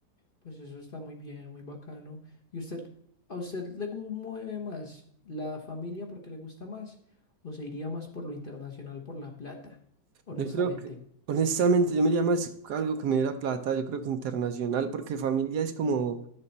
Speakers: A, on the left (about 35°); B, on the right (about 70°).
A: Pues eso está muy bien, muy bacano. ¿Y usted, a usted le gu- mueve más la familia porque le gusta más? ¿O se iría más por lo internacional, por la plata? Honestamente.
B: Yo creo que, honestamente, yo me iría más a algo que me diera plata, yo creo que internacional, porque familia es como